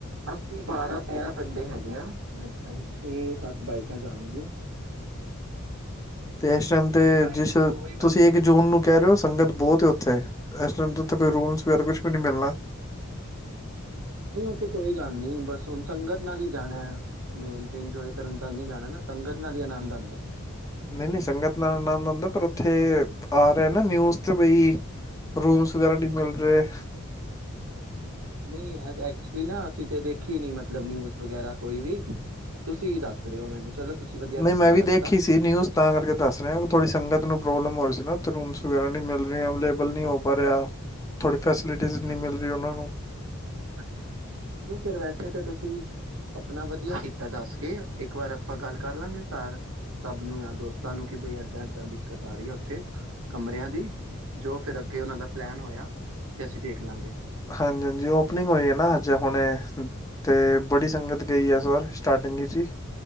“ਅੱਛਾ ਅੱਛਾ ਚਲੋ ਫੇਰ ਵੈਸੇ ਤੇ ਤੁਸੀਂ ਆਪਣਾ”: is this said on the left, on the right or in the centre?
Right